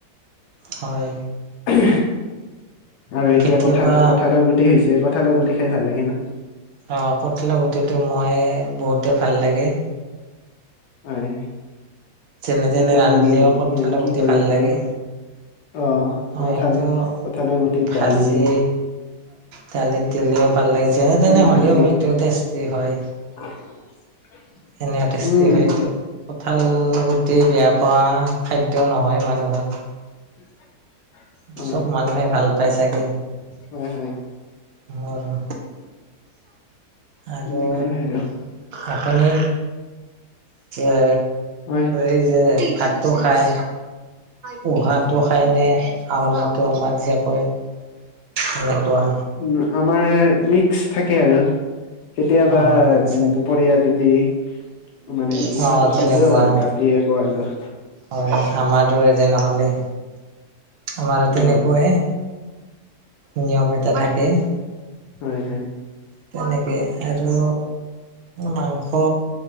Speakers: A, on the right; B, on the left.
A: হয়
B: আৰু এতিয়া
A: কেতিয়াবা
B: কঠাল কঠালৰ গুটি হৈছে কঠালৰ গুটি খাই ভাল লাগে ন
A: অঁ কঠালৰ গুটিটো মই বহুতেই ভাল লাগে
B: হয়
A: যেনে তেনে
B: এইটো
A: ৰান্ধিলেও
B: মানে
A: কঠিলা
B: কি
A: গুটি
B: কৰি
A: ভাল লাগে
B: পেলাই অ
A: হয়
B: কঠাল
A: সেইটো
B: কঠালৰ গুটিত
A: ভাজি
B: দালি
A: দালিত দিলেও ভাল লাগে যেনে তেনে
B: উম
A: হ'লেও
B: ভাজি
A: হয়টো টেষ্টি হয়
B: <unintelligible>
A: ধুনীয়া টেষ্টি
B: উম
A: হয় এইটো কঠাল গুটি বেয়া পোৱা খাদ্য নহয় মানুহৰ
B: <unintelligible> অ
A: চব মানুহে ভাল পাই চাগে
B: হয় হয়
A: মোৰো। আৰু
B: তেনেকুৱা আৰু
A: আপুনি এ
B: হয়
A: এই যে ভাতটো খাই পোহাতটো খাই নে হাৱলাটো আমাৰ যে কয়। সনেকুৱা।
B: উ, আমাৰ মিক্স থাকে আৰু কেতিয়াবা
A: অ মিক্স
B: দুপৰীয়া ৰাতি
A: নেকি
B: মানে উহাটো
A: অ তেনেকুৱা
B: খাই দিয় ৰাতিয়ে ক
A: হয়, আমাৰ দৰে যে নহ'লে। আমাৰ
B: অ
A: তেনেকুৱাই নিয়ম এটা থাকে।
B: হয়, হয়।
A: তেনেকে আৰু মাংস